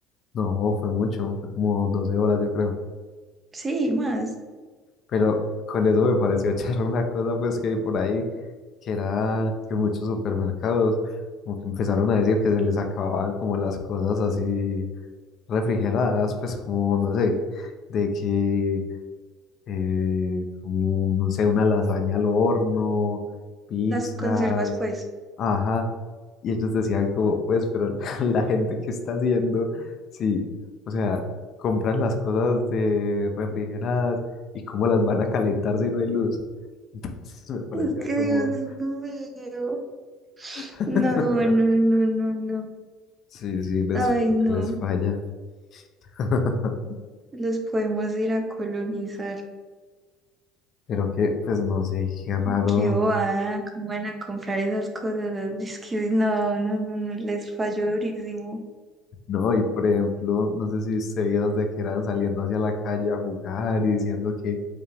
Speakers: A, on the left; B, on the right.
A: No, fue mucho, fue como 12 horas yo creo.
B: Sí, más.
A: Pero con eso me pareció <laughs> charro una cosa, pues que hay por ahí, que era que muchos supermercados como que empezaron a decir que se les acababan como las cosas así refrigeradas, pues como, no sé, de que, eh, como, no sé, una lasaña al horno, pizzas,
B: Las conservas, pues.
A: Ajá. Y ellos decían como, pues, pero la, <laughs> la gente que está haciendo, sí, o sea, compran las cosas de refrigeradas y cómo las van a calentar si no hay luz. <laughs> Entonces me parecía
B: Es que
A: como,
B: Dios mío.
A: <laughs>
B: No, no, no, no, no.
A: sí, sí, les,
B: Ay, no.
A: les falla. <laughs>
B: Los podemos ir a colonizar.
A: Pero que, pues no sé, qué raro.
B: Qué bobada, cómo van a comprar esas cosas. Ah, Es que no, no, no, no, les falló durísimo.
A: No, y por ejemplo, no sé si ustedes de que eran saliendo hacia la calle a jugar y diciendo que